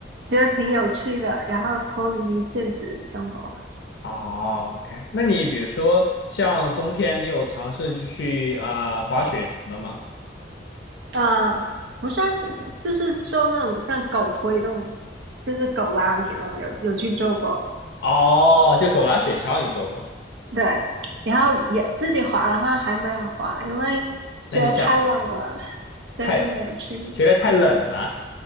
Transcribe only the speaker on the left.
哦，OK，那你比如说像冬天，你有尝试去去呃滑雪什么的吗？
哦，就狗拉雪橇你做过？
那你想
太觉得太冷了。